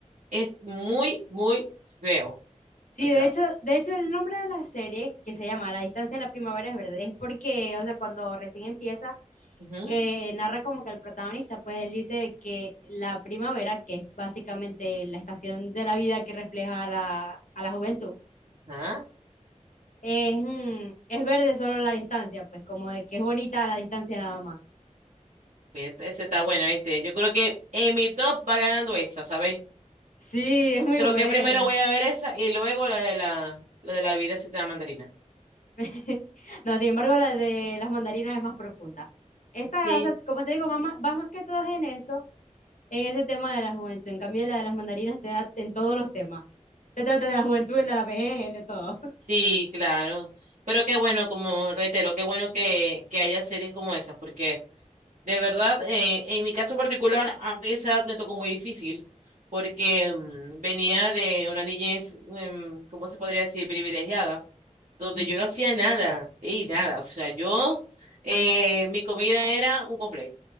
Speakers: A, on the right; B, on the left.
A: es muy, muy feo.
B: Sí,
A: O sea,
B: de hecho, de hecho el nombre de la serie, que se llama La distancia de la primavera es verde, es porque, o sea, cuando recién empieza,
A: ujú,
B: que narra como que el protagonista, pues él dice que la primavera, que es básicamente la estación de la vida que refleja a la, a la juventud,
A: ajá.
B: es, mm, es verde solo la distancia, pues como de que es bonita a la distancia nada más.
A: Bien, Ese está bueno, este. Yo creo que en mi top va ganando esa, ¿sabéis?
B: Sí, es muy
A: Creo
B: buena.
A: que primero voy a ver esa y luego la de la, la de la vida se te da mandarina.
B: <laughs> No, sin embargo, la de las mandarinas es más profunda. Esta,
A: Sí,
B: o sea, como te digo, va más, va más que todo en eso. en ese tema de la juventud. En cambio, la de las mandarinas te da en todos los temas. Te trata de la juventud, el de la vejez, el de todo.
A: sí, claro. Pero qué bueno, como reitero, qué bueno que, que haya series como esas, porque de verdad, eh, en mi caso particular, a mí esa edad me tocó muy difícil, porque mm, venía de una niñez, em, ¿cómo se podría decir? privilegiada, donde
B: Mm.
A: yo no hacía nada, y nada, o sea, yo, eh, mi comida era un conflicto